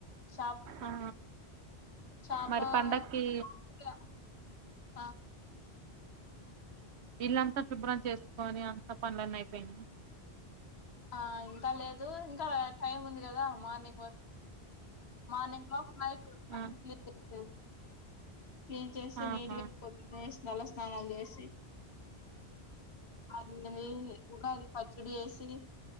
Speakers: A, on the left; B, on the right.
A: షాప్ లోనే
B: ఆ
A: షాప్
B: మరి
A: లో
B: పండక్కి
A: <unintelligible> హా
B: ఇల్లంత శుభ్రం చేసుకొని అంత పనులన్నీ అయిపోయినాయి
A: ఆ ఇంకా లేదు ఇంకా ఆ టైం ఉంది కదా మార్నింగ్ వరకు మార్నింగ్ లోపు నైట్ అంత
B: ఆ
A: క్లీన్ చేసిది క్లీన్ చేసి
B: ఆహా
A: నీట్ గా పొద్దున లేసి మల్ల స్నానాలు చేసి అదేలే ఉగాది పచ్చడి వేసి